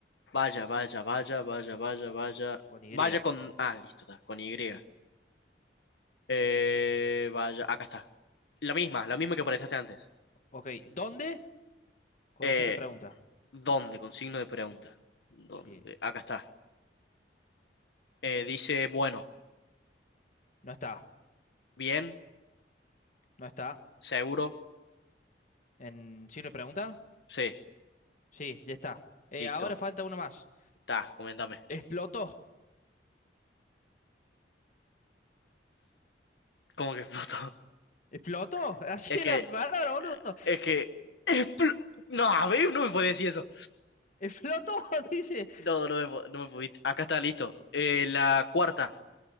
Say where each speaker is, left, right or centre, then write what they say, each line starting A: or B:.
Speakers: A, on the left; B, on the left.
A: Vaya, vaya, vaya, vaya, vaya, vaya.
B: con Y.
A: Vaya con, ah, listo, está, con Y. Eh, vaya, acá está. La misma, la misma que apareciste antes.
B: Ok, ¿dónde? Con
A: Eh,
B: signo de pregunta.
A: ¿dónde? Con signo de pregunta. ¿Dónde?
B: Sí.
A: Acá está. Eh, dice, bueno,
B: No está,
A: bien,
B: no está.
A: seguro,
B: ¿En signo de pregunta?
A: sí,
B: Sí, ya está. Eh,
A: listo.
B: ahora falta uno más.
A: Ta, coméntame.
B: Explotó.
A: ¿Cómo que explotó?
B: Explotó,
A: <laughs>
B: <laughs> así
A: Es
B: es
A: que,
B: la palabra,
A: eh,
B: boludo.
A: es que, expl- no, a ver, no me puede decir eso.
B: Explotó, <laughs> dice.
A: No, no me, pu- no me pudiste. Acá está, listo. Eh, la cuarta.